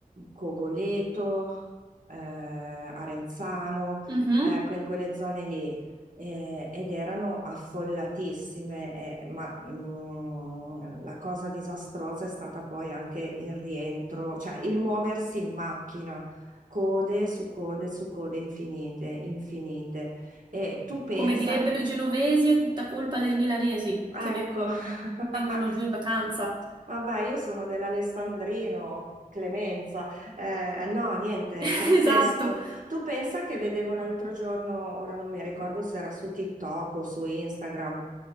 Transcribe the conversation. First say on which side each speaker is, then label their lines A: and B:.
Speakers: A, on the right; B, on the right.
A: Cogoleto, eh, Arenzano,
B: Mhm.
A: ecco, in quelle zone lì. eh, ed erano affollatissime, eh, ma mm, la cosa disastrosa è stata poi anche il rientro, cioè il muoversi in macchina, code su code su code infinite, infinite. E tu pensa,
B: Come direbbero i genovesi, è tutta colpa dei milanesi
A: ecco,
B: che
A: <laughs>
B: vengono giù in vacanza.
A: Vabbè, io sono dell'Alessandrino, Clemenza. Eh, no, niente,
B: <laughs>
A: pazzesco.
B: Esatto.
A: Tu pensa che vedevo l'altro giorno, ora non mi ricordo se era su TikTok o su Instagram,